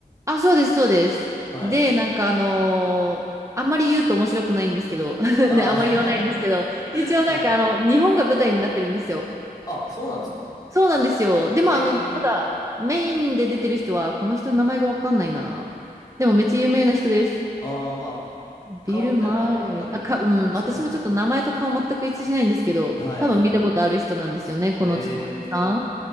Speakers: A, on the right (about 20°); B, on the left (about 25°).
A: あ、そうです、そうです。
B: はい。
A: で、なんかあのーあんまり言うと面白くないんですけど、<laughs>
B: あ
A: で、あんまり言わないんですけど、一応なんかあの、
B: あ <laughs> はい。
A: 日本が舞台になってるんですよ。
B: あ、そうなんですか
A: そうなんですよ。でも、
B: ええ
A: あの、ただ、メインで出てる人は、この人の名前がわかんないな。でも、めっちゃ有名な人です。
B: ー、ああ、まあ、
A: ビル・
B: 顔見たら多分わかるみたいな感じですよね。
A: マーレー。あ、か、うん、私もちょっと名前と顔全く一致しないんですけど、
B: はいは
A: 多分見たことある人なんですよね、このちょっとおじさん。
B: い。ええー、